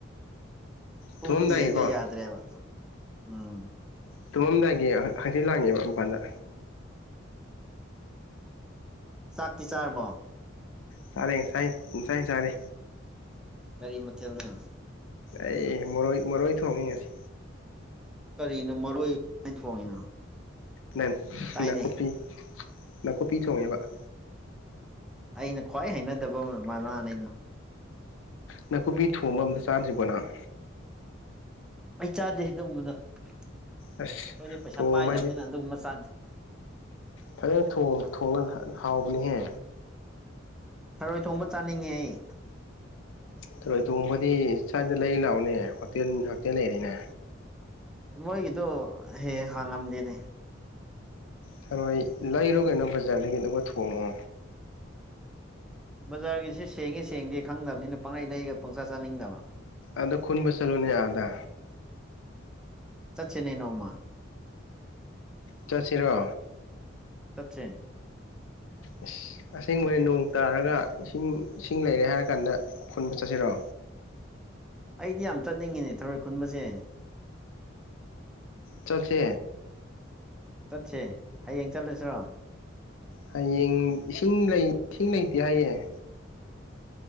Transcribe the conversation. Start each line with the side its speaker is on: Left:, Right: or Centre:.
Centre: ꯄꯨꯡ
Left: ꯇꯨꯝꯃꯝꯗꯥꯏꯒꯤꯀꯣ
Centre: ꯌꯦꯡꯉ ꯌꯥꯗ꯭ꯔꯦꯕ ꯎꯝ
Left: ꯇꯨꯝꯃꯝꯗꯥꯏꯒꯤ ꯍꯆꯤ ꯂꯥꯡꯉꯦꯕ ꯃꯄꯜꯗ
Centre: ꯆꯥꯛꯇꯤ ꯆꯥꯔꯕꯣ
Left: ꯁꯥꯔꯦ ꯁꯥꯏ ꯁꯥꯏ ꯆꯔꯦ
Centre: ꯀꯔꯤ ꯃꯊꯦꯜꯅꯣ
Left: ꯑꯦ ꯃꯔꯣꯏ ꯃꯔꯣꯏ ꯊꯣꯡꯉꯤ ꯉꯁꯤ
Centre: ꯀꯔꯤꯅꯣ ꯃꯔꯣꯏꯅ ꯊꯣꯡꯉꯤꯅꯣ
Left: ꯅ
Centre: ꯇꯥꯏꯅꯦ
Left: ꯅꯥꯀꯨꯞꯄꯤ ꯅꯥꯀꯨꯞꯄꯤ ꯊꯣꯡꯉꯦꯕ <inaudible>
Centre: ꯑꯩꯅ ꯈ꯭ꯋꯥꯏ ꯍꯩꯅꯗꯕ ꯃꯅ ꯃꯅꯅꯤꯅꯦ
Left: ꯅꯥꯀꯨꯞꯄꯤ ꯊꯣꯡꯕ ꯑꯝꯇ ꯆꯥꯗ꯭ꯔꯤꯕꯣ ꯅꯪ
Centre: ꯑꯩ ꯆꯥꯗꯦ ꯑꯗꯨꯒꯨꯝꯕꯗꯣ ꯑꯩꯈꯣꯏꯗꯤ
Left: ꯑꯁ
Centre: ꯄꯩꯁꯥ
Left: ꯊꯣꯡꯕ
Centre: ꯄꯥꯏꯗꯕꯅꯤꯅ
Left: ꯍꯥꯏꯗꯤ
Centre: ꯑꯗꯨꯒꯨꯝꯕ ꯆꯥꯗꯦ
Left: ꯐꯖꯅ ꯊꯣꯡ ꯊꯣꯡꯉ ꯐꯖꯅ ꯍꯥꯎꯕꯅꯤꯍꯦ
Centre: ꯊꯥꯔꯣꯏ ꯊꯣꯡꯕ ꯆꯥꯅꯤꯡꯉꯦ ꯑꯩ
Left: ꯊꯔꯣꯏ ꯊꯣꯡꯕꯗꯤ ꯁ꯭ꯋꯥꯏꯗ ꯂꯩ ꯂꯥꯛꯑꯣꯅꯦ ꯍꯣꯇꯦꯜ ꯍꯣꯇꯦꯜ ꯂꯩꯔꯤꯅꯦ
Centre: ꯃꯣꯏꯒꯤꯗꯣ ꯍꯦꯍꯦꯛ ꯍꯥꯡꯉꯝꯗꯦꯅꯦ
Left: ꯊꯔꯣꯏ ꯂꯩꯔꯣꯀꯩꯅꯣ ꯕꯥꯖꯥꯔꯗꯒꯤ ꯑꯗꯨꯒ ꯊꯣꯡꯉꯣ
Centre: ꯕꯥꯖꯥꯔꯒꯤꯁꯦ ꯁꯦꯡꯉꯦ ꯁꯦꯡꯗꯦ ꯈꯪꯗꯕꯅꯤꯅ ꯄꯪꯂꯩ ꯂꯩꯔꯒ ꯄꯪꯆꯥ ꯆꯥꯅꯤꯡꯗꯕꯅꯤ
Left: ꯑꯗꯨ ꯈꯨꯟꯕ ꯆꯪꯉꯨꯅꯦ ꯑꯗꯥ
Centre: ꯆꯠꯁꯦꯅꯦ ꯅꯣꯡꯃꯥ
Left: ꯆꯠꯁꯤꯔꯣ
Centre: ꯆꯠꯁꯦ
Left: ꯑꯁ ꯑꯁꯦꯡꯕꯩ ꯅꯣꯡ ꯇꯥꯔꯒ ꯏꯁꯤꯡ ꯏꯁꯤꯡ ꯂꯩꯔꯦ ꯍꯥꯏꯔ ꯀꯥꯟꯗ ꯈꯨꯟꯕ ꯆꯠꯁꯤꯔꯣ
Centre: <unintelligible> <inaudible> ꯑꯩꯗꯤ ꯌꯥꯝ ꯆꯠꯅꯤꯡꯉꯦꯅꯦ ꯊꯔꯣꯏ ꯈꯨꯟꯕꯁꯦ
Left: ꯆꯠꯁꯦ
Centre: ꯆꯠꯁꯦ ꯍꯌꯦꯡ ꯆꯠꯂꯁꯦꯔꯣ
Left: ꯍꯌꯦꯡ ꯏꯁꯤꯡ ꯂꯩ ꯏꯁꯤꯡ ꯂꯩꯇꯦ ꯍꯥꯏꯌꯦꯦ